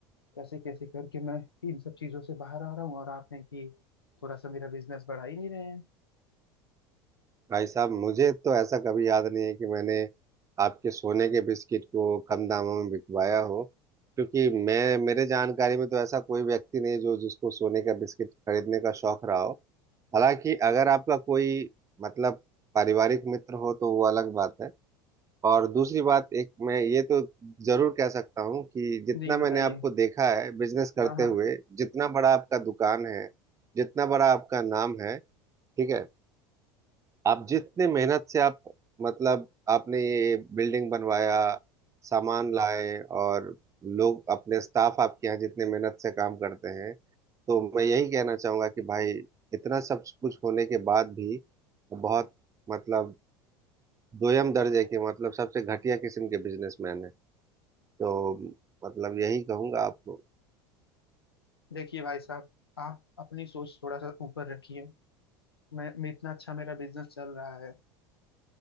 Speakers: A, on the left; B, on the right.
A: कैसे कैसे करके मैं इन सब चीजों से बाहर आ रहा हूँ और आप हैं कि थोड़ा सा मेरा बिजनेस बढ़ा ही नहीं रहे हैं
B: भाई साहब मुझे तो ऐसा कभी याद नहीं है कि मैंने आपके सोने के बिस्किट को कम दामों में बिकवाया हो क्योंकि मैं मेरे जानकारी में तो ऐसा कोई व्यक्ति नहीं जो जिसको सोने का बिस्किट खरीदने का शौक रहा हो हालांकि अगर आपका कोई मतलब पारिवारिक मित्र हो तो वो अलग बात है और दूसरी बात एक मैं ये तो जरूर कह सकता हूँ कि जितना
A: जी बताइए
B: मैंने आपको देखा है बिजनेस करते
A: हाँ हाँ
B: हुए जितना बड़ा आपका दुकान है जितना बड़ा आपका नाम है ठीक है आप जितने मेहनत से आप मतलब आपने ये बिल्डिंग बनवाया सामान लाए और लोग अपने स्टाफ आपके यहाँ जितने मेहनत से काम करते हैं तो मैं यही कहना चाहूंगा कि भाई इतना सब कुछ होने के बाद भी बहुत मतलब दोयम दर्जे के मतलब सबसे घटिया किस्म के बिजनेसमैन है तो मतलब यही कहूंगा आपको
A: देखिए भाई साहब आप अपनी सोच थोड़ा सा ऊपर रखिए मैं मैं इतना अच्छा मेरा बिजनेस चल रहा है